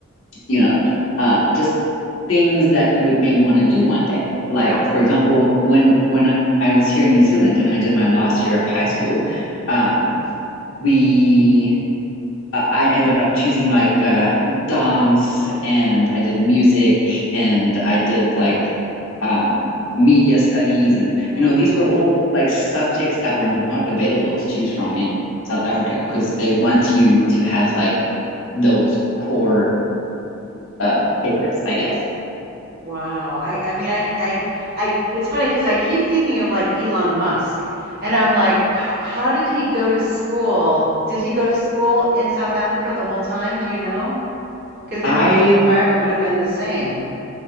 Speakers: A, on the left; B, on the right.
A: you know, um, just things that you would maybe want to do one day. Like
B: Yeah.
A: for example, when when I was here in New Zealand and I did my last year of high school, um, we I I ended up choosing like uh, dance and I did music and I did like um, media studies and
B: Yeah.
A: you know these were all like subjects that were not available to choose from in South Africa because they want you to have like those core uh, papers, I guess.
B: Wow. I I mean I I I it's funny because I keep thinking of like Elon Musk and I'm like h- how did he go to school? Did he go to school in South Africa the whole time? Do you know? Because then
A: I
B: his environment would have been the same.